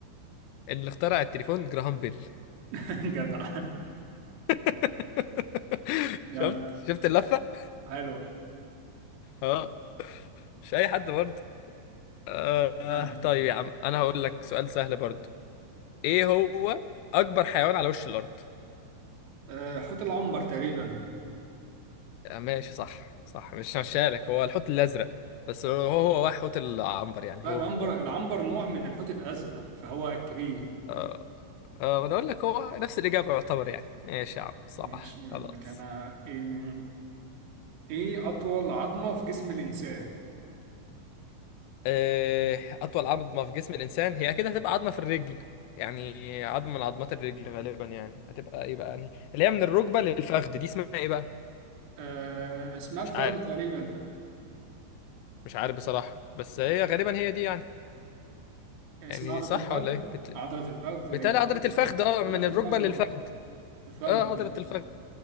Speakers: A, on the left (about 80°); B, on the right (about 85°).
A: اللي اخترع التليفون جراهام بيل
B: <laughs> جدع
A: <laughs>
B: جدع
A: شفت شفت اللفه <laughs>
B: حلو
A: اه مش اي حد برضه آه آه،
B: تمام.
A: طيب يا عم انا هقول لك سؤال سهل برضه ايه هو اكبر حيوان على وش الارض
B: آه، حوت العنبر تقريبا
A: آه ماشي صح صح مش هشالك هو الحوت الازرق بس هو هو هو حوت العنبر يعني
B: لا
A: هو
B: العنبر
A: هو
B: العنبر نوع من الحوت الأزرق فهو الكبير
A: آه، آه، ما انا اقول لك هو نفس الاجابه يعتبر يعني ايش يا عم صح
B: ماشي يقول
A: خلاص
B: لك انا ايه إيه أطول عظمة في جسم الإنسان؟
A: آه، اطول عظمه في جسم الانسان هي اكيد هتبقى عظمه في الرجل يعني عظمه من عظمات الرجل غالبا يعني هتبقى ايه بقى يعني اللي هي من الركبه للفخذ دي اسمها ايه بقى
B: آه، اسمها الفخذ
A: مش عارف
B: تقريبا
A: مش عارف بصراحه بس هي غالبا هي دي يعني
B: اسمها
A: يعني
B: عضلة
A: صح
B: الفخذ
A: ولا ايه بت...
B: عضلة الفخذ تقريبا
A: بتالي عضله الفخذ اه من
B: عضلة
A: الركبه
B: الفخذ
A: للفخذ
B: اه الفخذ
A: اه عضله
B: آه.
A: الفخذ